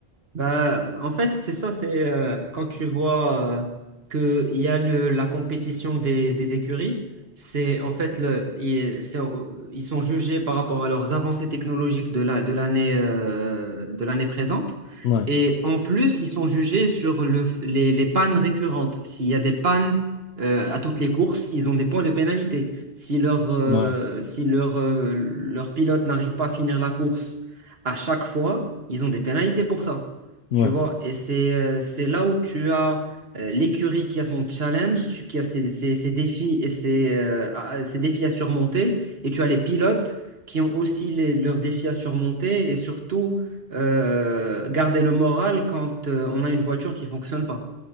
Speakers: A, on the right; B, on the left.
A: Bah, en fait, c'est ça, c'est euh, quand tu vois qu'il y a le, la compétition des, des écuries, c'est en fait, le, il- c'est- euh, ils sont jugés par rapport à leurs avancées technologiques de la, de l'année euh, de l'année présente.
B: Ouais,
A: Et en plus, ils sont jugés sur le, f- les, les pannes récurrentes. S'il y a des pannes euh, à toutes les courses, ils ont des points de pénalité. Si leur, euh,
B: ouais,
A: si leur, euh, leur pilote n'arrive pas à finir la course à chaque fois, ils ont des pénalités pour ça.
B: ouais.
A: Tu vois, et c'est euh, c'est là où tu as euh, l'écurie qui a son challenge, tu- qui a ses, ses- ses défis et ses, euh, à- ses défis à surmonter, et tu as les pilotes qui ont aussi les- leurs défis à surmonter, et surtout euh, garder le moral quand euh, on a une voiture qui fonctionne pas.